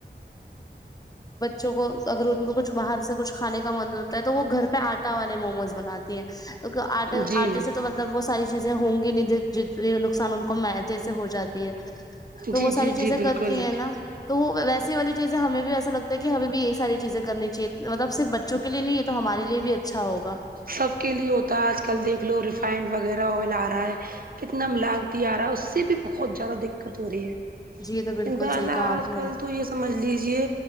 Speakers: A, on the left; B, on the right.
A: جو اگر ان کو کچھ باہر سے کچھ کھان کا من ہوتا ہے تو وہ گھر پہ آٹا والے موموز بناتی ہے آٹے
B: جی
A: آرٹے سے تو مطلب وہ ساری چیزیں ہوں گی نہیں جتنے نقصان ان کو مدے سے ہو جاتی ہے تو
B: جی
A: وہ
B: جی
A: ساری چیزیں
B: جی
A: کرتی
B: بالکل
A: ہیں نا تو وہ ویسی والی چیزیں ہمیں بھی ایسا لگتا ہے کہ ہمیں بھی یہی ساری چیزیں کرنی چاہیے مطلب صرف بچ چونک لیے نہیں یہ تو ہمارے لیے بھی اچھا ہوگا
B: سب کے لیے ہوتا ہے آج کل دیکھ لو ریفائنڈ وغیرہ آئل آ رہا ہے کتنا ملاوتی آ رہا ہے اس سے بھی بہت زیادہ دقت ہو رہی ہے
A: جی یہ تو بالکل
B: اناءلہ
A: صحیح کہا آپ
B: آج
A: نے
B: کل تو یہ سمجھ لیجیے